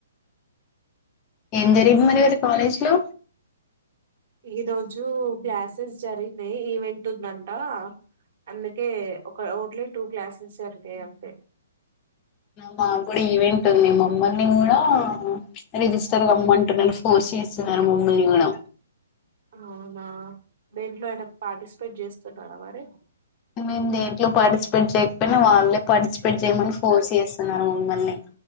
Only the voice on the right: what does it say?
ఈ రోజు గ్లాసెస్ జరిగినాయి ఈవెంట్ ఉందంట అందుకే ఒక అఔట్లె టూ క్లాసెస్ జరిగ అంత
అవునా బెర్లో ఎడ పార్టిసిపేట్ చేస్తున్నారా మరి